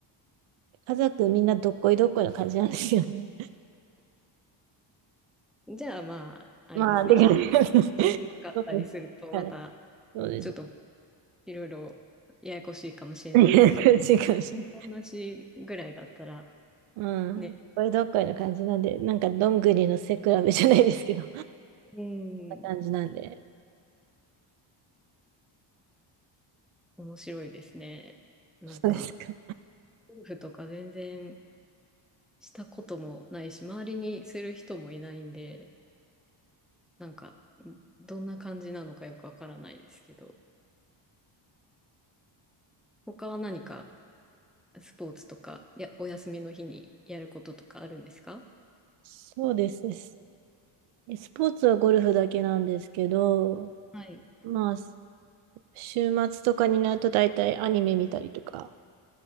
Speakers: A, on the right (about 80°); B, in the centre.
A: 家族みんなどっこいどっこいの感じなんですよね。
B: じゃあ、まあ、
A: <laughs>
B: あれですね。
A: まあ、できる。
B: 一人ですごいう上手かったりすると、
A: そうあれ
B: また、
A: そうです。
B: ちょっといろいろややこしいかもしれないですけど、
A: <laughs> 感じかもしれない。
B: 今同じぐらいだったら
A: うん。
B: ね、
A: どっこいどっこいの感じなんで、なんか、どんぐりの背比べじゃないですけど。
B: うん、
A: な感じなんで。
B: 面白いですね。なんか、
A: そうですか。
B: ゴルフとか全然したこともないし、周りにする人もいないんで、なんか、どんな感じなのかよくわからないですけど、他は何かスポーツとか、や、お休みの日にやることとかあるんですか
A: そうですね。ススポーツはゴルフだけなんですけど、
B: はい。
A: まあ、週末とかになると大体アニメ見たりとか、